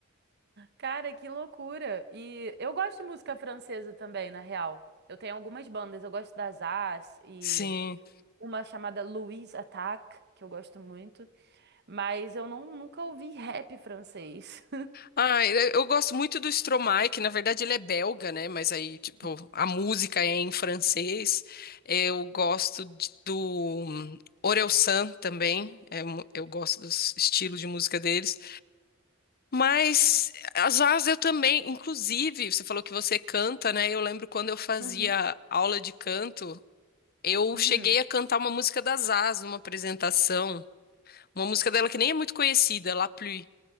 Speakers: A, on the right; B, on the left.
A: Cara, que loucura! E eu gosto de música francesa também, na real. Eu tenho algumas bandas, eu gosto das As e
B: Sim.
A: uma chamada Louise Attaque, que eu gosto muito, mas eu não, nunca ouvi rap francês.
B: Ah, eu gosto muito do Stromae, que na verdade ele é belga, né? Mas aí, tipo,
A: <laughs>
B: a música é em francês. Eu gosto de- do hum, Orelsan também. é mu- eu gosto dos estilos de música deles. Mas às vezes eu também, inclusive, você falou que você canta, né? Eu lembro quando eu fazia
A: Uhum,
B: aula de canto, eu
A: uhum,
B: cheguei a cantar uma música da Zaz numa apresentação. Uma música dela que nem é muito conhecida, La Pluie.